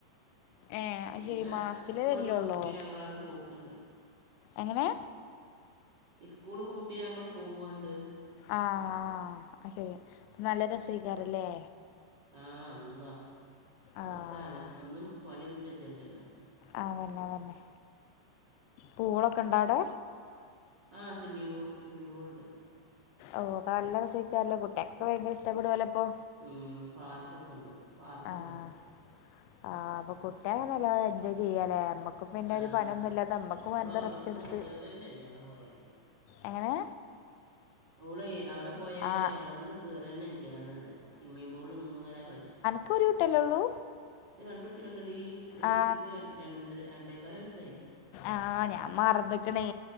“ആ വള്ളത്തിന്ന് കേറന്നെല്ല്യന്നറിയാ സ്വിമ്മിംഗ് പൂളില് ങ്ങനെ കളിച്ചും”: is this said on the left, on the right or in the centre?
Right